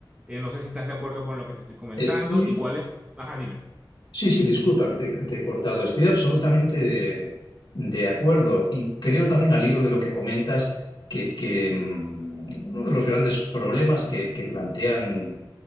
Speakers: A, on the right; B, on the left.
A: Eh, no sé si estás de acuerdo con lo que te estoy comentando
B: Estoy-
A: y cuál es... Ajá, dime.
B: Sí, sí, disculpa que te, te he cortado. Estoy absolutamente de, de acuerdo y creo también al hilo de lo que comentas que, que, mm, uno de los grandes problemas que, que plantean,